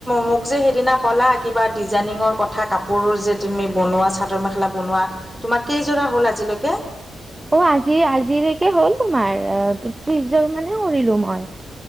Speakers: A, in the centre; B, on the right.
A: মোক যে সেইদিনা কলা কিবা ডিজাইনিঙৰ কথা কাপোৰ যে। তুমি বনোৱা চাদৰ মেখেলা বনোৱা, তুমাৰ কেইজোৰা হ'ল আজিলৈকে।
B: অ আজি আজিৰেকে হ'ল তোমাৰ ত্ৰিশজন মানে কৰিৰিলো মই।